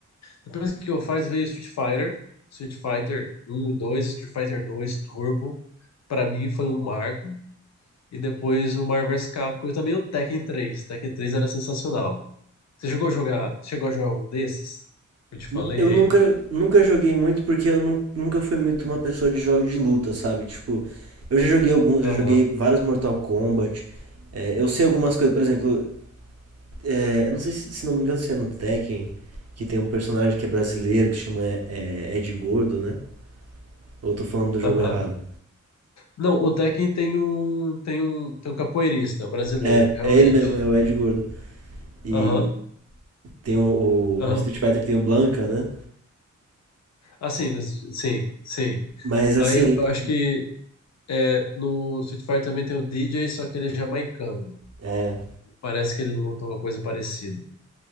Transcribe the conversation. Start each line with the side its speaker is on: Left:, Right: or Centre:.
Left: Depois que eu faz veio Street Fighter, Street Fighter um e 2, Street Fighter dois Turbo, para mim foi um marco. E depois o Marvel vs Capcom e também o Tekken três, Tekken três era sensacional. Você chegou a jogar, chegou a jogar um desses? Eu te falei
Right: n- Eu
Left: aí.
Right: nunca, nunca joguei muito porque eu nu- nunca fui muito uma pessoa de jogos de luta, sabe? Tipo, eu já joguei alguns,
Left: Aham.
Right: já joguei vários Mortal Kombat. É, eu sei algumas coisas, por exemplo, é, eu não sei se, se não me engano se é no Tekken, que tem um personagem que é brasileiro, que chama é, é, Ed Gordo, né? Ou eu tô falando do
Left: Aham.
Right: jogo errado?
Left: Não, o Tekken tem um, tem um, tem um capoeirista brasileiro,
Right: É,
Left: realmente.
Right: é ele mesmo, é o Ed Gordo. E
Left: Aham.
Right: tem o,
Left: Aham.
Right: o- No Street Fighter tem o Blanca, né?
Left: Assim, sim, sim.
Right: Mas
Left: Aí
Right: assim.
Left: eu acho
Right: de-
Left: que é, no Street Fighter também tem o DJ, só que ele é jamaicano.
Right: É.
Left: Parece que ele lutou uma coisa parecida.